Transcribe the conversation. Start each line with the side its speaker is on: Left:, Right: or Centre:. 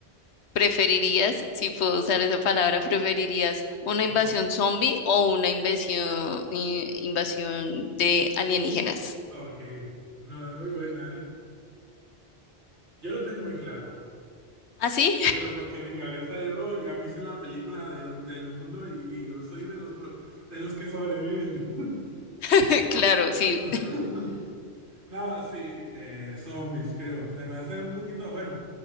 Left: ¿preferirías, si puedo usar esa palabra, preferirías una
Right: No,
Left: invasión
Right: sí.
Left: zombie o una invasión, eh, invasión de alienígenas?
Right: Ok, no, es muy buena, ¿eh? Yo lo tengo muy claro,
Left: ¿Ah, sí?
Right: pero porque en mi cabeza yo ya me hice la película del, del mundo y, y yo soy de los, pro- de los que sobreviven.
Left: <laughs> Claro, sí.
Right: <laughs> No, sí, eh, zombies, creo. Se me hace un poquito, bueno,